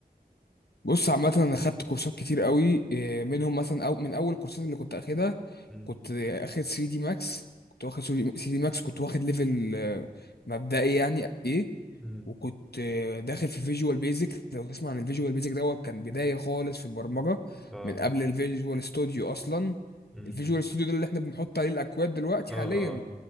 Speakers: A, on the left; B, in the centre.
A: بص عامة أنا خدت كورسات كتير قوي إيه، منهم مثلا أو من أول الكورسات اللي كنت أخدها
B: امم
A: كنت أخد 3 دي ماكس كنت واخد 3 دي ماكس كنت واخد ليفل آه، مبدئي يعني إيه
B: امم
A: وكنت آه، داخل في فيجوال بيزك لو تسمع عن الفيجوال بيزك دوت كان بداية خالص في البرمجة
B: اه
A: من قبل الفيجوال ستوديو أصلا
B: امم
A: الفيجوال ستوديو ده اللي إحنا بنحط عليه الأكواد دلوقتي
B: اه
A: حاليا
B: اه